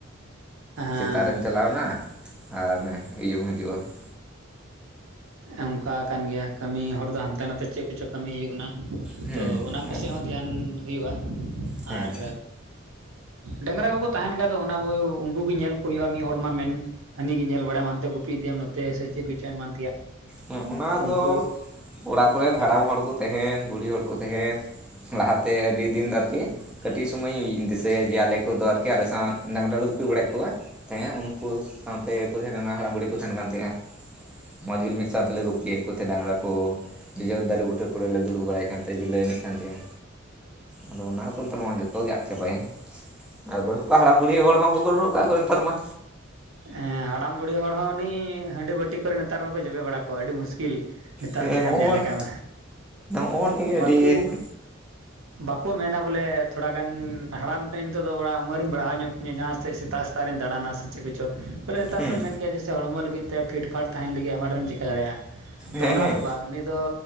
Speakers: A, on the right (about 75°); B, in the centre.
A: ᱦᱮᱸ
B: ᱥᱮᱛᱟᱜ ᱨᱮᱢ ᱪᱟᱞᱟᱣ ᱮᱱᱟ ᱟᱨ ᱤᱭᱟᱹᱤᱭᱟᱹ ᱮᱢ ᱦᱤᱡᱩᱜᱼᱟ <inaudible>
A: ᱚᱱᱠᱟ ᱠᱟᱱ ᱜᱮᱭᱟ ᱠᱟᱹᱢᱤ ᱦᱚᱲ ᱫᱚ ᱦᱟᱱᱛᱮ ᱱᱟᱛᱮ ᱪᱮᱫ ᱠᱚᱪᱚᱝ ᱠᱟᱹᱢᱤ ᱦᱩᱭᱩᱜ ᱠᱟᱱᱟ
B: ᱦᱮᱸ
A: ᱛᱚ ᱚᱱᱟ ᱠᱚᱥᱮᱫ
B: ᱦᱮᱸ
A: ᱦᱚᱸ ᱫᱷᱮᱭᱟᱱ ᱦᱩᱭᱩᱜᱼᱟ
B: ᱦᱮᱸ
A: ᱟᱨ ᱰᱟᱝᱨᱟ ᱠᱚᱠᱚ ᱛᱟᱦᱮᱱ ᱠᱷᱟ ᱫᱚ ᱚᱱᱟ ᱩᱱᱠᱩ ᱜᱮ ᱧᱮᱞ ᱠᱚ ᱦᱩᱭᱩᱜᱼᱟ ᱢᱤᱫ ᱦᱚᱲ ᱢᱟ ᱢᱮᱱ ᱦᱟᱱᱤ ᱜᱮ ᱧᱮᱞ ᱵᱟᱲᱟᱭᱟᱢᱟ ᱦᱟᱱᱛᱮ ᱜᱩᱤᱯ ᱤᱫᱤᱭᱟᱢ ᱱᱚᱛᱮ ᱥᱮ ᱪᱮᱫ ᱠᱚᱪᱚ ᱮᱢᱟᱱ ᱛᱮᱭᱟᱜ
B: ᱦᱮᱸ ᱚᱱᱟ
A: ᱛᱚ
B: ᱫᱚ
A: ᱩᱱᱠᱩ
B: ᱚᱲᱟᱜ ᱠᱚᱨᱮᱱ ᱦᱟᱲᱟᱢ ᱦᱚᱲ ᱠᱚ ᱛᱟᱦᱮᱱ ᱵᱩᱲᱦᱤ ᱦᱚᱲ ᱠᱚ ᱛᱟᱦᱮᱱ ᱞᱟᱦᱟᱛᱮ ᱟᱹᱰᱤ ᱫᱤᱱ ᱫᱚ ᱟᱨᱠᱤ ᱠᱟᱹᱴᱤᱡ ᱥᱩᱢᱚᱭᱧ ᱫᱤᱥᱟᱹᱭᱟ ᱡᱮ ᱟᱞᱮ ᱠᱚᱫᱚ ᱟᱨᱠᱤ ᱟᱞᱮ ᱥᱟᱶ ᱰᱟᱝᱨᱟ ᱞᱩ ᱛᱩᱯᱤ ᱵᱟᱲᱟᱭᱮᱫ ᱠᱚᱣᱟ ᱛᱟᱦᱮᱸ ᱩᱱᱠᱩ ᱥᱟᱶᱛᱮᱠᱚ ᱛᱟᱦᱮᱸ ᱠᱟᱱᱟ ᱦᱟᱲᱟᱢ ᱵᱩᱲᱦᱤ ᱠᱚ ᱛᱟᱦᱮᱸᱱ ᱠᱟᱱ ᱛᱟᱦᱮᱸᱜᱼᱟ ᱢᱚᱡᱽ ᱜᱮᱞ ᱢᱤᱫ ᱥᱟᱶᱛᱮᱞᱮ ᱜᱩᱯᱤᱭᱮᱫ ᱠᱚ ᱛᱟᱦᱮᱸ ᱰᱟᱝᱨᱟ ᱠᱚ ᱱᱤᱡᱮᱨ ᱫᱟᱨᱮ ᱵᱩᱴᱟᱹ ᱠᱚᱨᱮᱞ ᱞᱮ ᱫᱩᱲᱩᱵ ᱵᱟᱲᱟᱭ ᱠᱟᱱ ᱛᱟᱦᱮᱸ ᱡᱷᱟᱹᱟᱹᱭ ᱮᱱᱮᱡ <unintelligible> ᱼᱟ ᱟᱫᱚ ᱚᱱᱟ ᱠᱚ ᱱᱮᱛᱟᱨ ᱨᱮ ᱢᱟ ᱡᱚᱛᱚ ᱡᱚᱛᱚ ᱜᱮ ᱟᱫ ᱪᱟᱵᱟᱭᱮᱱ ᱟᱨ ᱵᱟᱹᱱᱩᱜ ᱠᱚᱣᱟ ᱦᱟᱲᱟᱢ ᱵᱩᱲᱦᱤ ᱦᱚᱲ ᱦᱚᱸ ᱵᱟᱠᱚ ᱵᱟᱹᱱᱩᱜ ᱠᱚᱟᱜ ᱠᱚᱣᱟ ᱱᱮᱛᱟᱨ ᱢᱟ
A: ᱦᱮᱸ ᱦᱟᱲᱟᱢ ᱵᱩᱲᱦᱤ ᱦᱚᱲ ᱦᱚᱸ ᱩᱱᱤ ᱦᱟᱺᱰᱤ ᱵᱟᱹᱴᱤ ᱠᱚᱨᱮ ᱱᱮᱛᱟᱨ ᱢᱟᱠᱚ ᱡᱚᱵᱮ ᱵᱟᱲᱟ ᱠᱚᱜᱣᱟ ᱟᱹᱰᱤ ᱢᱩᱥᱠᱤᱞ ᱱᱮᱛᱟᱨ
B: ᱦᱮᱸ
A: ᱠᱟᱛᱮᱫ
B: ᱦᱚᱲ
A: ᱮᱢ ᱧᱮᱞ ᱞᱮᱠᱷᱟᱡ ᱢᱟ
B: ᱦᱚᱲ ᱜᱮ
A: ᱵᱟᱠᱚ
B: <inaudible>
A: ᱵᱟᱠᱚ ᱢᱮᱱᱟ ᱵᱚᱞᱮ ᱛᱷᱚᱲᱟ ᱜᱟᱱ ᱦᱟᱲᱟᱢ ᱠᱟᱹᱱᱟᱹᱧ ᱱᱤᱛᱚᱜ ᱫᱚ ᱚᱱᱟ ᱩᱢᱟᱹᱨ ᱤᱧ ᱵᱟᱲᱦᱟᱣ ᱧᱚᱜ ᱠᱤᱧᱟᱹ ᱡᱟᱦᱟᱸᱥᱮᱫ ᱥᱮᱛᱟᱜ ᱥᱮᱥᱛ ᱨᱮ ᱫᱟᱬᱟᱱᱟ ᱥᱮ ᱪᱮᱫ ᱠᱚᱪᱚ ᱵᱚᱞᱮ ᱱᱮᱛᱟᱨ
B: ᱦᱮᱸ
A: ᱫᱚᱢ ᱢᱮᱱ ᱜᱮᱮᱭᱟ ᱡᱮᱭᱮ ᱦᱚᱲᱢᱚ ᱞᱟᱹᱜᱤᱫ ᱛᱮ ᱯᱷᱤᱴᱯᱷᱟᱴ ᱛᱟᱦᱮᱸᱱ ᱞᱟᱹᱜᱤᱫ ᱟᱭᱢᱟ ᱰᱷᱮᱨᱢ ᱪᱤᱠᱟᱹ ᱫᱟᱲᱮᱭᱟᱜᱼᱟ ᱛᱚ
B: ᱦᱮᱸ
A: ᱚᱱᱟ
B: ᱦᱮᱸ
A: ᱫᱚ ᱵᱟᱝ ᱩᱱᱤ ᱫᱚ